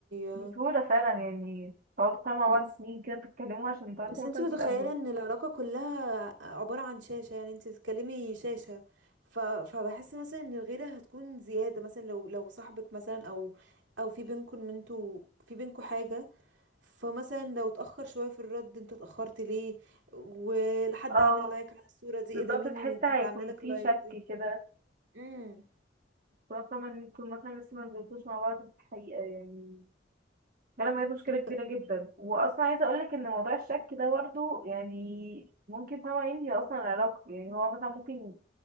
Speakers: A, on the right; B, on the right.
A: آه،
B: بسهولة فعلا يعني تقعدوا فعلا مع
A: بس
B: بعض سنين كده بتتكلموا عشان
A: بس
B: تعرفوا
A: انت
B: مثلا
A: متخيله
B: تتقابلوا
A: ان العلاقه كلها عباره عن شاشه يعني انت بتتكلمي شاشه ف... فبحس مثلا ان الغيره هتكون زياده مثلا لو لو صاحبك مثلا او او في بينكم ان انتوا في بينكم حاجه فمثلا لو اتأخر شوية في الرد انت اتأخرت ليه ولحد
B: اه
A: عامل لايك على الصورة دي ايه
B: بالظبط
A: ده مين
B: تحس
A: اللي
B: هيكون
A: عامله لك
B: في
A: لايك
B: شك
A: دي
B: كده
A: امم
B: خاصة لما انتوا مثلا لسه ما نزلتوش مع بعض في الحقيقة يعني فعلا بجد مشكلة
A: وك-
B: كبيرة جدا وأصلا عايزة أقولك إن موضوع الشك ده برضه يعني ممكن طبعا ينهي أصلا العلاقة يعني هو مثلا ممكن